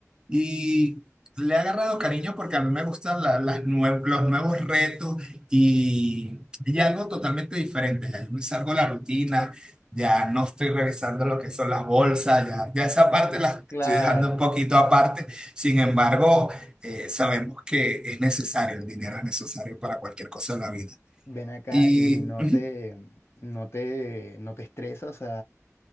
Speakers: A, on the right; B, on the left.
A: y le he agarrado cariño porque a mí me gustan la- las nue- los nuevos retos y, y algo totalmente diferente. Ya yo me salgo de la rutina, ya no estoy revisando lo que son las bolsas, ya, ya esa parte la
B: Claro.
A: estoy dejando un poquito aparte. Sin embargo, eh, sabemos que es necesario, el dinero es necesario para cualquier cosa en la vida.
B: Ven acá
A: Y
B: y no
A: ujú,
B: te, no te, no te estresas.